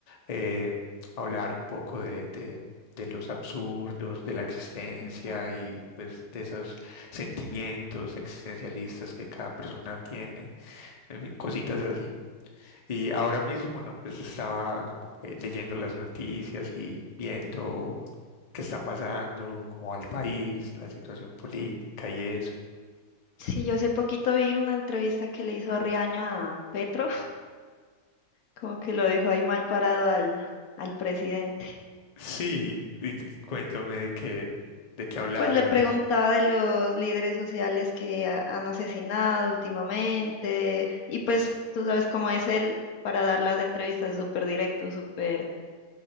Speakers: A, on the left (about 35°); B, on the left (about 60°).
A: eh, hablar un poco de, de- de los absurdos de la existencia
B: Ujú.
A: y pues de esos sentimientos existencialistas que cada persona tiene, en fin, cositas así. Y ahora mismo, no, pues estaba como que leyendo las noticias y viendo qué está pasando, cómo va el país, la situación política y eso.
B: Sí, yo hace poquito vi una entrevista que le hizo Riaño a Petro, <laughs> como que lo dejó ahí mal parado al, al presidente.
A: Sí, y di- cuéntame de qué, de qué hablaron
B: Pues le preguntaba
A: y
B: de los líderes sociales que ha- han asesinado últimamente, y pues tú sabes cómo es él para dar las entrevistas, es súper directo, súper